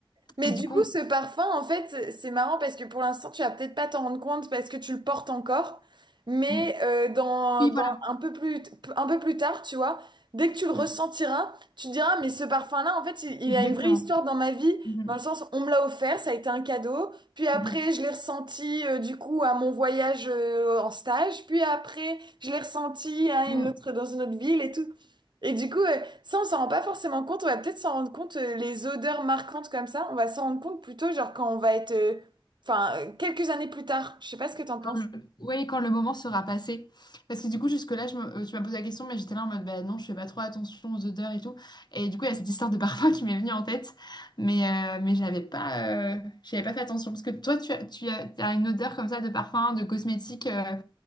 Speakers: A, on the right; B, on the left.
A: Mais
B: Et
A: du
B: du coup,
A: coup, ce parfum, en fait, c'est marrant parce que pour l'instant, tu vas peut-être pas t'en rendre compte parce que tu le portes encore. Mais
B: on- on-
A: euh, dans,
B: oui
A: dans
B: voilà,
A: un peu plus, un peu plus tard, tu vois, dès que tu le ressentiras,
B: Mm.
A: tu te diras, mais ce parfum-là, en fait, il, il
B: exactement.
A: a une vraie histoire dans ma vie,
B: Mm,
A: dans le sens, on me l'a offert, ça a été un cadeau. Puis après,
B: mm,
A: je l'ai ressenti, euh, du coup, à mon voyage euh, en stage. Puis après, je l'ai ressenti à
B: mm,
A: une
B: mm.
A: autre, dans une autre ville et tout. Et du coup, euh, ça, on s'en rend pas forcément compte. On va peut-être s'en rendre compte, euh, les odeurs marquantes comme ça, on va s'en rendre compte plutôt, genre, quand on va être, euh, enfin, euh, quelques années plus tard. Je sais pas ce que t'en
B: Quand
A: penses.
B: le... ouais, quand le moment sera passé. Parce que du coup, jusque-là, je me- euh, tu m'as posé la question, mais j'étais là en mode, bah non, je fais pas trop attention aux odeurs et tout. Et du coup, il y a cette histoire de parfum <laughs> qui m'est venue en tête. Mais, euh, mais j'avais pas, euh, j'avais pas fait attention. Parce que toi, tu as, tu as, t'as une odeur comme ça de parfum, de cosmétique, euh,